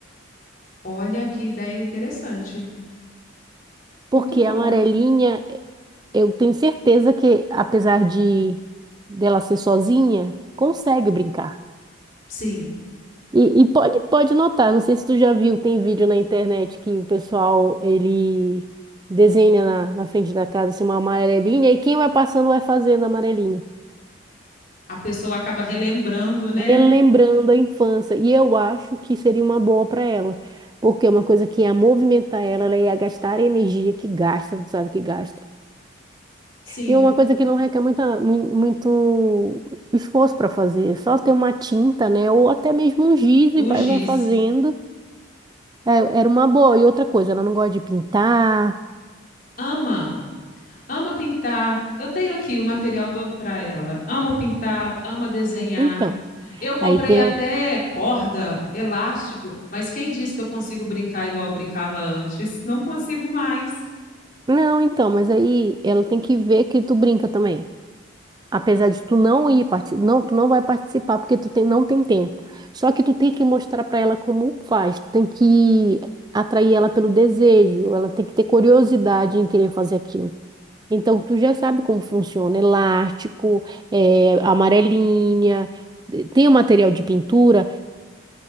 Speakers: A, on the left; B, on the right.
A: olha que ideia interessante.
B: Porque
A: Muito bom.
B: a amarelinha, eu tenho certeza que, apesar de dela ser sozinha, consegue brincar.
A: Sim,
B: E, e pode, pode notar, não sei se tu já viu, tem vídeo na internet que o pessoal, ele desenha na, na frente da casa, assim, uma amarelinha, e quem vai passando vai fazendo a amarelinha.
A: a pessoa acaba relembrando, né?
B: Relembrando a infância. E eu acho que seria uma boa para ela. Porque é uma coisa que ia movimentar ela, ela ia gastar a energia que gasta, tu sabe que gasta.
A: Sim,
B: E é uma coisa que não requer muita, mui- muito esforço para fazer, só ter uma tinta, né? Ou até mesmo um giz
A: o
B: e vai,
A: giz.
B: vai fazendo. É, era uma boa. E outra coisa, ela não gosta de pintar.
A: Ama, ama pintar. Eu tenho aqui o material todo para ela. Amo pintar, ama desenhar.
B: Então,
A: Eu comprei
B: aí tem
A: até
B: o.
A: corda, elástico, mas quem disse que eu consigo brincar igual eu brincava antes? Não consigo mais.
B: Não, então, mas aí ela tem que ver que tu brinca também. Apesar de tu não ir parti... não, tu não vai participar porque tu tem, não tem tempo. Só que tu tem que mostrar para ela como faz. Tu tem que atrair ela pelo desejo. Ela tem que ter curiosidade em querer fazer aquilo. Então, tu já sabe como funciona elástico, eh, amarelinha, eh, tem o material de pintura.